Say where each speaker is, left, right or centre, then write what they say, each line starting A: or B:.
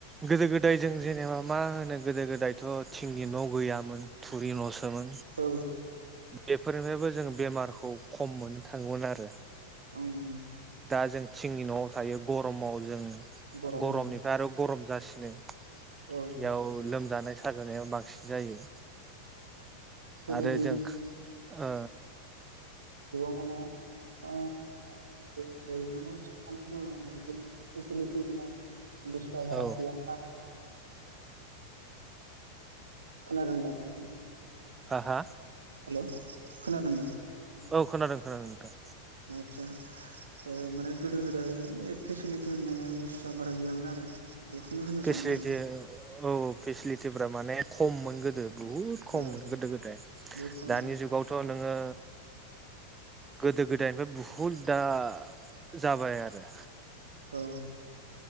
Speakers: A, on the right; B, on the right.
A: गोदो गोदाय जों जेनेबा मा होनो गोदो गोदायथ' थिंनि न' गैयामोन थुरि न' सोमोन
B: औ
A: बेफोरनिफ्रायबो जों बेमारखौ खम मोननो थाङोमोन आरो।
B: ओं
A: दा जों थिंनि न'आव थायो गरमाव जों
B: गरम
A: गरमनिफ्राय आरो गरम जासिनो
B: औ
A: बेयाव लोमजानाय साजानाया बांसिन जायो
B: गोदोनि
A: आरो जों ओ
B: मानो? <unintelligible> गुसुआ बारा
A: औ
B: गैयामोन आरो। खोनादों दा नोंथां?
A: हा हा?
B: हेल' खोनादों
A: औ खोनादोंं खोनादों नोंथां।
B: आतसा माने गोदो गोदाय फेसिलिटि होननाय बुस्थुआ बारा गैयामोन आरो बेखौनो होनो
A: फेसिलिटि
B: सानो माने
A: औ फेसिलिटिफ्रा माने खममोन गोदो बुहुद खममोन
B: औ
A: गोदो गोदाय
B: बहुद खम
A: दानि जुगावथ' नोङो गोदो गोदायनिफ्राय बहुद दा जाबाय आरो
B: औ